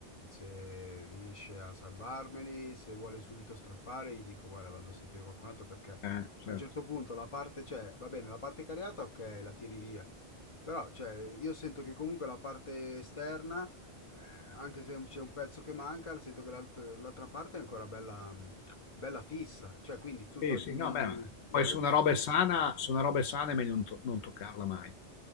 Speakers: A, on the left; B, on the left.
A: se riesce a salvarmeli, se vuole subito strappare, gli dico guarda vado a sentire qualcun altro perché
B: eh. Eh, certo.
A: a un certo punto la parte, cioè va bene, la parte cariata ok, la tiri via, però cioè, io sento che comunque la parte esterna, eh, anche se c'è un pezzo che manca, sento che l'alt- l'altra parte è ancora bella, bella fissa, cioè quindi tu
B: Sì,
A: toglimi
B: sì, no, beh, ma poi
A: le
B: se
A: radici.
B: una roba è sana, se una roba è sana è meglio non, to- non toccarla mai.